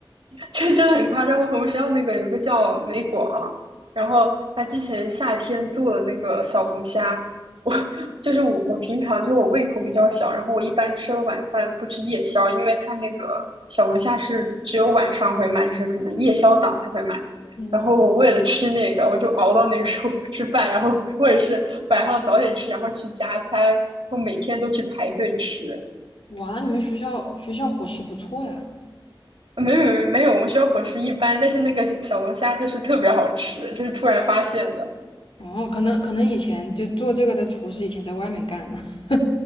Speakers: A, on the right; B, on the left.
A: 这真的很夸张。我们学校那个有一个叫美广，然后他之前夏天做的那个小龙虾，我就是我我平常就是我胃口比较小，然后我一般吃了晚饭不吃夜宵，因为他那个小龙虾是只有晚上会卖，就是可能夜宵档才会卖。
B: 嗯，
A: 然后我为了吃那个，我就熬到那个时候不吃饭，然后或者是晚上早点吃，然后去加餐，然后每天都去排队吃。
B: 哇，你们学校学校伙食不错呀。
A: 没有没有没有，我们学校伙食一般，但是那个小龙虾就是特别好吃，就是突然发现的。
B: 哦，可能可能以前就做这个的厨师以前在外面干呢。<laughs>